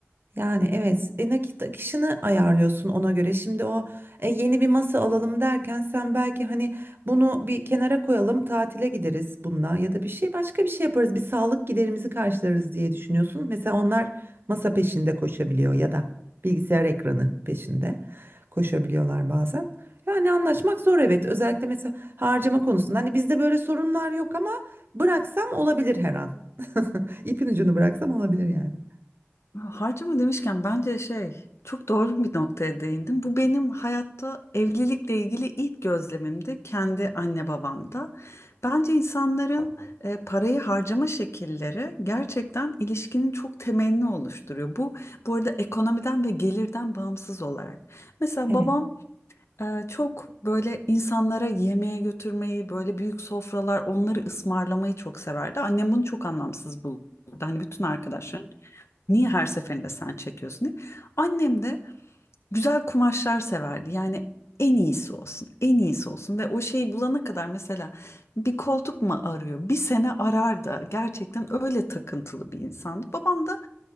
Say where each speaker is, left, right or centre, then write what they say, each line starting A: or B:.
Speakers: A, on the right; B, on the left.
A: Yani evet e, nakit akışını ayarlıyorsun ona göre. Şimdi o e, yeni bir masa alalım derken sen belki hani bunu bir kenara koyalım tatile gideriz bununla ya da bir şey başka bir şey yaparız bir sağlık giderimizi karşılarız diye düşünüyorsun. Mesela onlar masa peşinde koşabiliyor ya da bilgisayar ekranı peşinde koşabiliyorlar bazen. Yani anlaşmak zor evet özellikle mesela harcama konusunda hani bizde böyle sorunlar yok ama bıraksam olabilir her an. <laughs> İpin ucunu bıraksam olabilir yani.
B: Harcama demişken bence şey çok doğru bir noktaya değindim. Bu benim hayatta evlilikle ilgili ilk gözlemimdi kendi anne babamda. Bence insanların e, parayı harcama şekilleri gerçekten ilişkinin çok temelini oluşturuyor. Bu bu arada ekonomiden ve gelirden bağımsız olarak. Mesela
A: Evet,
B: babam e, çok böyle insanlara yemeğe götürmeyi, böyle büyük sofralar onları ısmarlamayı çok severdi. Annem bunu çok anlamsız buldu. Hani bütün arkadaşlarım Niye her seferinde sen çekiyorsun diye. Annem de güzel kumaşlar severdi. Yani en iyisi olsun, en iyisi olsun ve o şeyi bulana kadar mesela bir koltuk mu arıyor? Bir sene arar da gerçekten öyle takıntılı bir insandı. Babam da